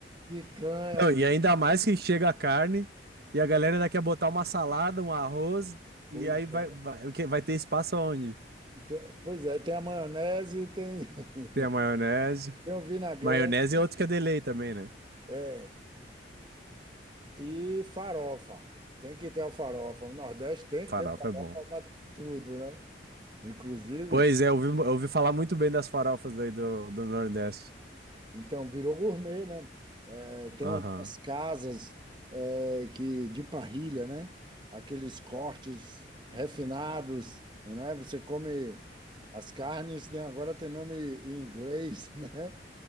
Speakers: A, on the right; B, on the right.
A: picanha.
B: Não, e ainda mais que chega a carne e a galera ainda quer botar uma salada, um arroz, e
A: Pois
B: aí vai,
A: é,
B: vai, o quê? vai ter espaço aonde?
A: tem, pois é, tem a maionese, tem, <laughs>
B: Tem a maionese.
A: tem o vinagrete,
B: Maionese é outro que é delay também, né?
A: é, e farofa. Tem que ter a farofa. O Nordeste tem
B: Farofa
A: que ter farofa
B: é bom.
A: para tudo, né? Inclusive,
B: Pois é, eu ouvi, eu ouvi falar muito bem das farofas daí do, do Nordeste.
A: Então, virou gourmet, né? É, tem
B: Aham.
A: umas casas é, que de parrilha, né? Aqueles cortes refinados, né? Você come as carnes, né? Agora tem nome em inglês, <laughs> né?